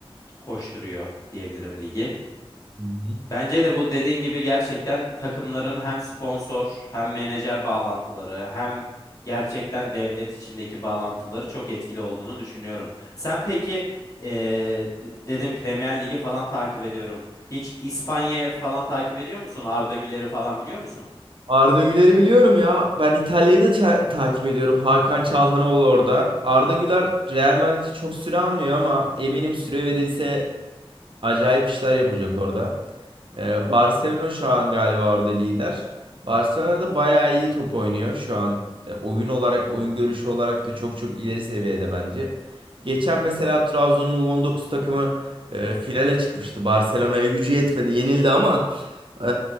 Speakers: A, on the left; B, on the right.
A: koşturuyor diyebilirim ligi.
B: Hı hı.
A: Bence de bu dediğin gibi gerçekten takımların hem sponsor hem menajer bağlantıları hem gerçekten devlet içindeki bağlantıları çok etkili olduğunu düşünüyorum. Sen peki ee, d- dedim Premier Ligi falan takip ediyorum. Hiç İspanya'yı falan takip ediyor musun? Arda Güler'i falan biliyor musun?
B: Arda Güler'i biliyorum ya. Ben İtalya'yı da ça- takip ediyorum. Hakan Çalhanoğlu orada. Arda Güler Real Madrid'i çok süre almıyor ama eminim süre verilse acayip işler yapacak orada. Ee, Barcelona şu an galiba orada lider. Barcelona da bayağı iyi top oynuyor şu an. E, oyun olarak, oyun görüşü olarak da çok çok ileri seviyede bence. Geçen mesela Trabzon'un U19 takımı e, finale çıkmıştı. Barcelona'ya gücü yetmedi, yenildi ama ee,